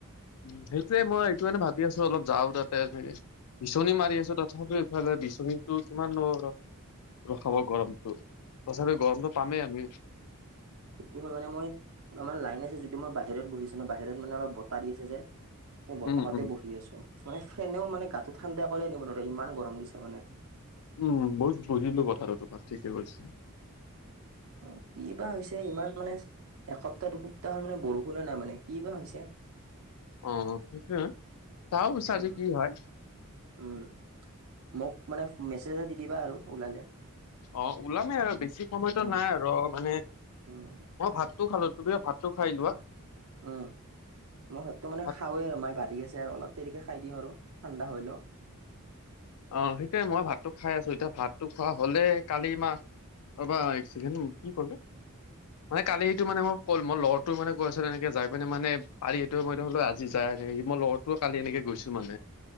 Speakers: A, on the left; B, on the right.
A: উম সেইটোয়ে মই এইটো মানে ভাবি আছো অলপ যাওঁ তাত <unintelligible> কে বিচনী মাৰি আছো তথাপিও ইফালে বিচনীটো কিমান <unintelligible> খাব গৰমতটো তথাপি গৰমটো পামেই আমি
B: সেইটো হয় মানে মই আমাৰ লাইন আছে যদি মই বাহিৰত বহিছো বাহিৰত মানে অলপ বতাহ দি আছে যে সেই বতাহতে
A: উম উম
B: বহি আছো মানে ফেনেও মানে গাটো ঠাণ্ডা কৰিয়ে দিম ইমান গৰম দিছে মানে।
A: উম বহুত বুজিলো কথা আৰু তোমাৰ ঠিকে কৈছে
B: অ কি বা হৈছে ইমান মানে এসপ্তাহ দুসপ্তাহ হ'ল মানে বৰষুণ । কোনে নাই মানে কি বা হৈছে
A: অ সেইটোৱে চাহ বুজিছা
B: উম
A: যে কি হয়
B: উম মোক মানে মেছেজ এটা দি দিবা আৰু ওলালে
A: অ ওলামেই আৰু বেছি সময়তো
B: উম
A: নাই আৰু মানে
B: উম
A: অ ভাতটো খালো তুমি ভাতটো খাই লোৱা
B: উম মই ভাততো মানে
A: ভাত
B: খাওঁৱে আৰু মায়ে বাঢ়ি আছে আৰু অলপ দেৰিকে খাই দিম আৰু <unintelligible> ঠাণ্ডা হৈলক
A: অ সেইটোয়ে মই ভাতটো খাই আছো এতিয়া ভাতটো খোৱা হলে কালি মাহ ৰবা কি কলে মানে কালিটো মানে মই কল মোৰ গ'লটো মানে এনেকে যাই পি মানোলি এইটোোৱ মই হলো আজি যাই মই লৰটোও কালি এনেকে <unintelligible> গৈছিলো মানে